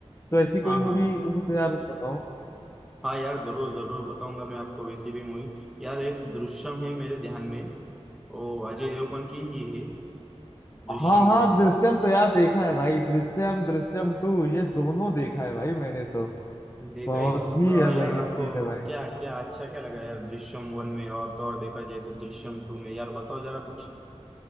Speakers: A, on the left; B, in the centre.
A: तो ऐसी कोई
B: हाँ हाँ
A: मूवी उसको तो यार बताओ
B: हाँ यार जरूर जरूर बताऊंगा मैं आपको वैसी भी मूवी यार एक दृश्यम है मेरे ध्यान में ओ अजय देवगन की ही है दृश्यम
A: हाँ हाँ
B: बोल के
A: दृश्यम तो यार देखा है भाई दृश्यम दृश्यम टू ये दोनों देखा है भाई मैंने तो
B: देखा
A: बहुत
B: है क्या मतलब
A: ही
B: आ
A: अलग
B: यार आपको
A: ही सीन है भाई
B: क्या क्या अच्छा क्या लगा यार दृश्यम वन में और तो और देखा जाए तो दृश्यम टू में यार बताओ जरा कुछ